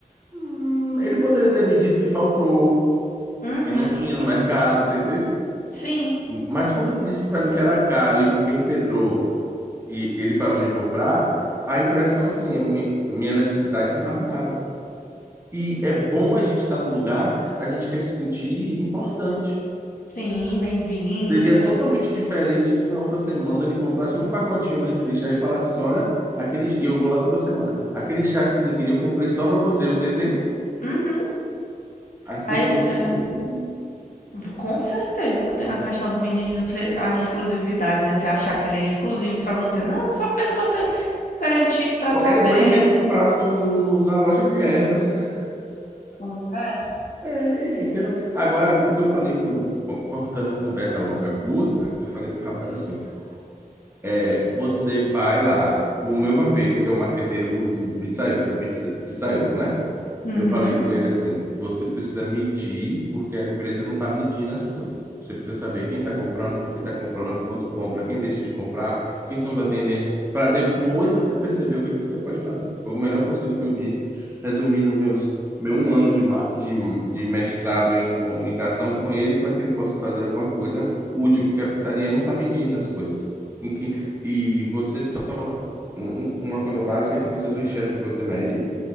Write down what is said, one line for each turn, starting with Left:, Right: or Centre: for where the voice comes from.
Right: hum, ele poderia ter me dito que faltou,
Left: Uhum.
Right: que não tinha no mercado, você entende?
Left: Sim.
Right: Mas quando ele disse para mim que era caro e porque empedrou e ele parou de comprar, a impressão é assim, a mi- minha necessidade não vale nada. E é bom a gente estar no lugar, a gente quer se sentir importante.
Left: Sim, bem-vindo.
Right: Seria
Left: que-
Right: totalmente diferente se na outra semana ele comprasse um pacotinho daquele chá e falasse assim: olha, aquele... e eu vou lá toda semana. Aquele chá que você queria, eu comprei só para você, você entende?
Left: Uhum.
Right: As pessoas
Left: Aí, é,
Right: se sentem.
Left: v- com certeza tem uma questão também de você, a exclusividade, né? Você achar que ele é exclusivo pra você. Não, é só a pessoa ter, garantir te tratar
Right: Ele
Left: bem.
Right: pode ter comprado no- no- na loja de ervas. <laughs>
Left: Pois é.
Right: É, entendeu? Agora, o que eu falei pro. co- Cortando a conversa longa curta, eu falei pro rapaz assim. É, você vai lá, o meu barbeiro, que é o marqueteiro do, do, do, pizzaiolo, do pizza- pizzaiolo, né?
Left: Uhum.
Right: Eu falei com ele assim: você precisa medir, porque a empresa não está medindo as coisas. Você precisa saber quem está comprando, por que está comprando, quando compra, quem deixa de comprar, quem são os atendentes, para depois você perceber o que é que você pode fazer. Foi o melhor conselho que eu disse, resumindo meus, meu um ano de, ma- de, de mestrado em comunicação com ele, para que ele possa fazer alguma coisa útil, porque a pizzaria não está medindo as coisas. E você, só- um- um, uma coisa básica é que você só enxerga o que você mede,